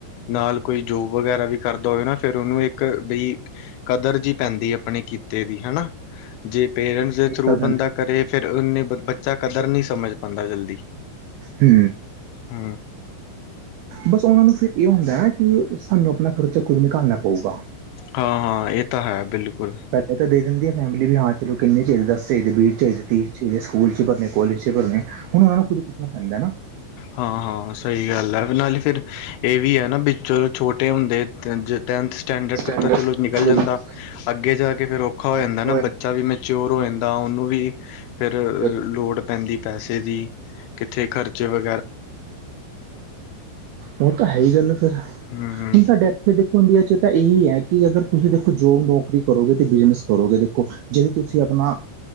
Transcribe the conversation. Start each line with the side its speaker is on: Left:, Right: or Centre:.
Left: ਨਾਲ ਕੋਈ ਜੋਬ ਵਗੈਰਾ ਵੀ ਕਰਦਾ ਹੋਵੇ ਨਾ। ਫੇਰ ਉਹਨੂੰ ਇੱਕ ਬਈ ਕਦਰ ਜਿ ਪੈਂਦੀ ਅਪਣੇ ਕਿੱਤੇ ਦੀ ਹਨਾ। ਜੇ ਪੇਰੈਂਟਸ ਦੇ
Right: ਇਹ
Left: ਥਰੂ
Right: ਤਾਂ ਗੱਲ
Left: ਬੰਦਾ ਕਰੇ ਫੇਰ ਉਹਨੇ ਬੱਚਾ ਕਦਰ ਨਹੀਂ ਸਮਜ ਪਾਂਦਾ ਜਲਦੀ।
Right: ਹੁ।
Left: ਹੁ।
Right: ਬਸ ਉਹਨਾਂ ਨੂੰ ਫੇਰ ਇਹ ਹੁੰਦਾ ਨਾ ਕਿ ਸਾਨੂੰ ਅਪਨਾ ਖਰਚਾ ਖੁਦ ਨਿਕਾਲਨਾ ਪਊਗਾ।
Left: ਹਾਂ-ਹਾਂ ਇਹ ਤਾਂ ਹੈ ਬਿਲਕੁਲ।
Right: ਪਹਿਲੇ ਤਾਂ ਦੇ ਦਿੰਦੀ ਆ ਫੈਮਿਲੀ ਵੀ ਹਾਂ ਚਲੋ ਕਿੰਨੇ ਚਾਹੀਦੇ ਦਸ ਚਾਹੀਦੇ ਵੀਹ ਚਾਹੀਦੇ ਤੀਹ ਚਾਹੀਦੇ ਸਕੂਲ ਚ ਭਰਨੇ ਕੋਲਜ ਚ ਭਰਨੇ। ਹੁਣ ਉਹਨਾਂ ਨੂੰ ਖੁਦ ਪੁੱਛਨਾ ਪੈਂਦਾ ਨਾ।
Left: ਹਾਂ-ਹਾਂ ਸਹੀ ਗੱਲ ਹੈ ਨਾਲੇ ਫੇਰ ਇਹ ਵੀ ਹੈ ਨਾ ਵਿੱਚ ਛੋਟੇ ਹੁੰਦੇ। ਟੈਂਨ ਟੈਂਨਥ ਸਟੈਂਡਰਡ ਤੱਕ
Right: ਚੰਗਾ
Left: ਤਾਂ ਚਲੋ। ਨਿਕਲ ਜਾਂਦਾ
Right: ਜੀ।
Left: ਅੱਗੇ ਜਾ ਕੇ ਫੇਰ ਔਖਾ ਹੋ ਜਾਂਦਾ ਨਾ
Right: ਓਏ,
Left: ਬੱਚਾ ਵੀ ਮੈਚੋਓਰ ਹੋ ਜਾਂਦਾ। ਤਾਂ ਉਹਨੂੰ ਵੀ ਫੇਰ
Right: ਫਿਰ
Left: ਲੋੜ ਪੈਂਦੀ ਪੈਸੇ ਦੀ ਕਿੱਥੇ ਖਰਚੇ ਵ।
Right: ਉਹ ਤਾਂ ਹੈ ਈ ਗੱਲ ਫੇਰ ਹੁਣ
Left: ਹੂੰ
Right: ਸਾਡੇ ਇੱਥੇ ਦੇ। ਇੰਡੀਆ ਚ ਤਾਂ ਇਹੀ ਹੈ ਕਿ ਅਗਰ ਤੁਸੀਂ ਦੇਖੋ ਜੋਬ ਨੌਕਰੀ ਕਰੋਗੇ ਤੇ ਬਿਜਨਸ ਕਰੋਗੇ ਦੇਖੋ। ਜਿਹਦੇ ਤੁਸੀਂ ਅਪਨਾ